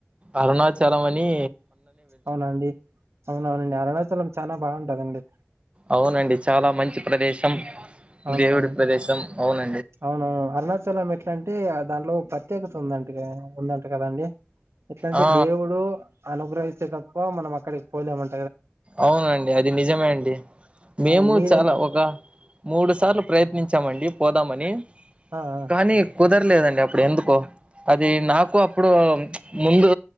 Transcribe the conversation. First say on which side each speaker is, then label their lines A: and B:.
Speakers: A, on the right; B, on the right.
A: అరుణాచలం అనీ
B: అవునండి అవునవునండి అరుణాచలం చాల బాగుంటదండి
A: అవునండి చాలా మంచి ప్రదేశం
B: అవునవునండి
A: దేవుడి ప్రదేశం అవున
B: అవునవును అరుణాచలం ఎట్లా అంటే ఆ దాంట్లో ప్రత్యేకత ఉందం అ ఉందంట కదండి ఎట్లాంటే
A: ఆ
B: దేవుడు అనుగ్రహిస్తే తప్ప మనం అక్కడికి పోలేమం
A: అవునండి అది నిజమే అండి మేము
B: ఆ మీరేం
A: చాలా ఒక మూడు సార్లు ప్రయత్నించామండి పోదామని
B: ఆ ఆ
A: కానీ కుదరలేదండి అప్పుడు ఎందుకో అది నాకు అప్పుడు ముందు